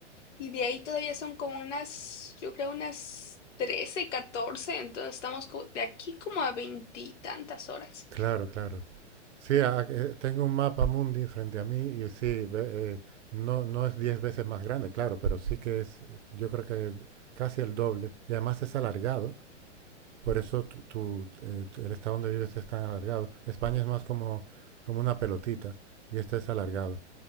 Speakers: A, on the left; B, on the right.
A: y de ahí todavía son como unas, yo creo unas 13 catorce entonces estamos co- de aquí como a veintitantas horas.
B: Claro, claro. Sí, a- eh, tengo un mapa mundi frente a mí y sí, ve- eh, no, no es 10 veces más grande, claro, pero sí que es, eh, yo creo que es casi el doble y además es alargado, por eso tu, tu, eh, tu- el estado donde vives es tan alargado. España es más como, como una pelotita y este es alargado.